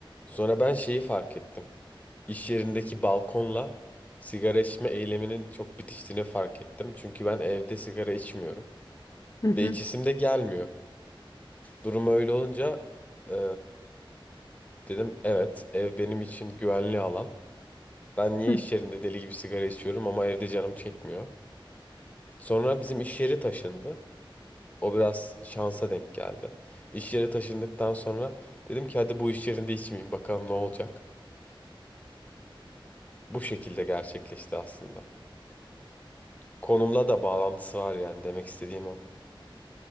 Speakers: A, on the left; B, on the left.
A: Sonra ben şeyi fark ettim. İş yerindeki balkonla sigara içme eyleminin çok bitiştiğini fark ettim. Çünkü ben evde sigara içmiyorum.
B: Hı hı.
A: Ve içisim de gelmiyor. Durum öyle olunca ee, dedim evet ev benim için güvenli alan. Ben niye
B: hı.
A: iş yerinde deli gibi sigara içiyorum ama evde canım çekmiyor. Sonra bizim iş yeri taşındı. O biraz şansa denk geldi. İş yeri taşındıktan sonra dedim ki hadi bu iş yerinde içmeyeyim bakalım ne olacak. Bu şekilde gerçekleşti aslında. Konumla da bağlantısı var yani demek istediğim o.